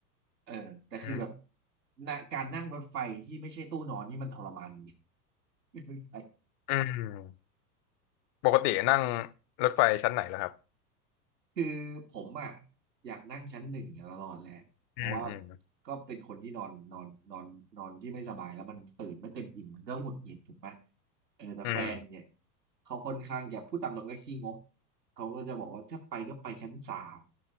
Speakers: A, on the right; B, on the left.
A: เออแต่คือแบบ
B: อืม
A: นะการนั่งรถไฟที่ไม่ใช่ตู้นอนนี่มันทรมาน ไม่ใช่
B: อืมปกตินั่งรถไฟชั้นไหนล่ะครับ
A: คือผมอ่ะอยากนั่งชั้นหนึ่งตลอดแหละเพราะว่า
B: อืมอืม
A: ก็เป็นคนที่นอนนอนนอนนอนที่ไม่สบายแล้วมันตื่นไม่เต็มอิ่มมันก็หงุดหงิดถูกไหมเออแต่แฟนเนี่ย
B: อืม
A: เขาค่อนข้างจะพูดตามตรงก็ขี้งกเขาก็จะบอกว่าถ้าไปก็ไปชั้นสาม